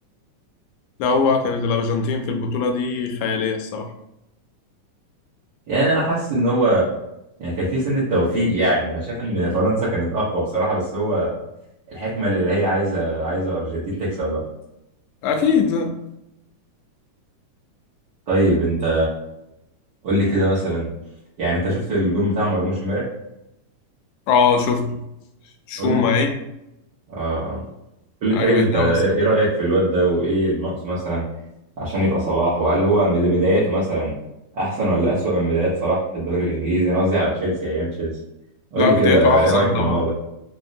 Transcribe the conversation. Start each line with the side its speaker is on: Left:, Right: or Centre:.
Left: لا هو كانت الأرجنتين في البطولة دي خيالية الصراحة
Right: يعني انا حاسس ان هو يعني كان في سن التوفيق يعني انا شايف ان فرنسا كانت اقوى بصراحه بس هو الحكمه الالهيه عايزه عايزه الارجنتين تكسب بقى
Left: أكيد
Right: طيب انت قول لي كده مثلا يعني انت شفت الجون بتاع مرموش امبارح
Left: اه شفته شوما
Right: قول لي
Left: ايه
Right: اه قول لي
Left: عجبتني
Right: طيب انت ايه
Left: أوي الصراحة
Right: إيه رأيك في الواد ده وايه اللي ناقصه مثلا عشان يبقى صلاح وهل هو بد- بداياته مثلا احسن ولا أسوأ من بدايات صلاح في الدوري الانجليزي انا قصدي على تشيلسي ايام تشيلسي قول
Left: لا
Right: لي
Left: بدايته
Right: كده
Left: أحسن
Right: ايه رأيك في الموضوع
Left: طبعا
Right: ده